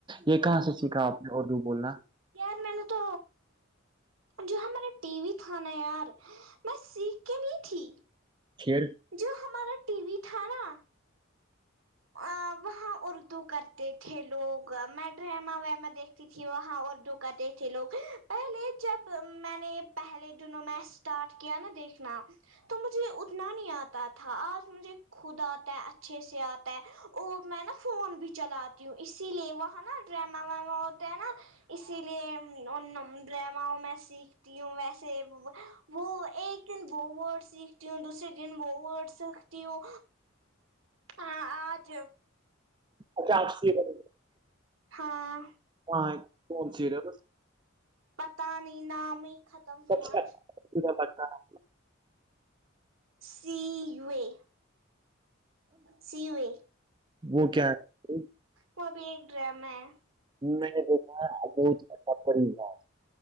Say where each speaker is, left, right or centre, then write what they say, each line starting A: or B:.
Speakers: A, on the right (about 25°); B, on the right (about 85°).
A: یہ کہاں سے سیکھا آپ نے اردو بولنا
B: یار میں نے تو جو ہم ہمارے ٹی وی تھانا یار بس سیک کے نہی تھی
A: پھر
B: جو ہمارا ٹی وی تھا نا ا وہاں اردو کرتے تھے لوگ میں ڈرما ویما دیکھتیھی ت وہاں اردو کرتے تھے لوگ پہلے جب میں نے پہلے دنوں میں اسٹارٹ کیا نا دیکھنا تو مجھے اتنا نہیں آتا تھا آج مجھے خود آتا ہے اچھے سے آتا ہے اور میں نا فون بھی چلاتی ہوں اسی لیے وہ نا ڈراما واما ہوتے ہیں نا اسی لیے ان ڈراماؤوں میں سیکھ ہوں ویسے وہ ایک دن وہ ورڈ سیکھتی ہوں دو ن وہورڈس تی ہوں ا آج
A: اچھا آپ سیریل
B: ہاں
A: ہاں کون سیریل
B: پتا نہیں نام ہی ختم
A: سب
B: ہوئا
A: سے اچھا سیریل لگتا ہے
B: C U A C U A
A: وہ کیا ہے
B: وہ بھی ایک ڈرام ہے
A: میں نے دیکھا <unintelligible>